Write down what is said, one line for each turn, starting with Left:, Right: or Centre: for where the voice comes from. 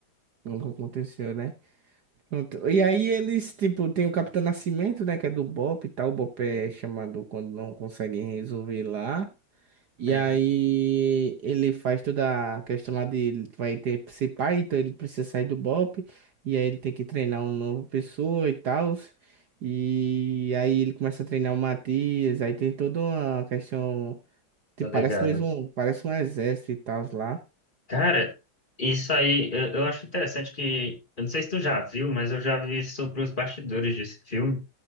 Right: Nunca aconteceu, né? Pronto. E aí eles, tipo, tem o Capitão Nascimento, né, que é do BOPE e tal. O BOPE é chamado quando não conseguem resolver lá. E
Left: Uhum,
Right: aí ele faz toda a questão lá de ele vai ter que ser pai, então ele precisa sair do BOPE. E aí ele tem que treinar uma nova pessoa e tal. E aí ele começa a treinar o Matias. Aí tem toda uma questão, tipo,
Left: tô ligado.
Right: parece mesmo, parece um exército e tal lá.
Left: Cara, isso aí, eu, eu acho interessante que, eu não sei se tu já viu, mas eu já vi sobre os bastidores desse filme,